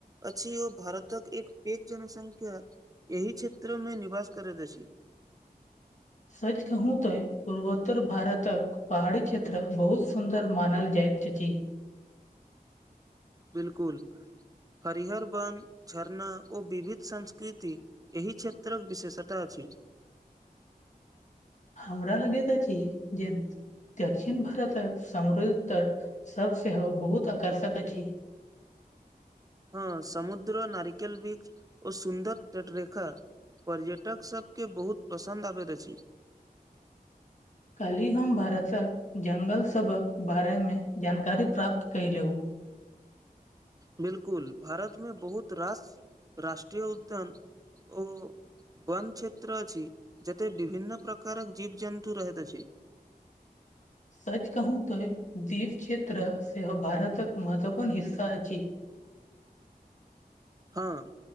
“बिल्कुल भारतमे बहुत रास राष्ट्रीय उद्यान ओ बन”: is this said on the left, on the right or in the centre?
Right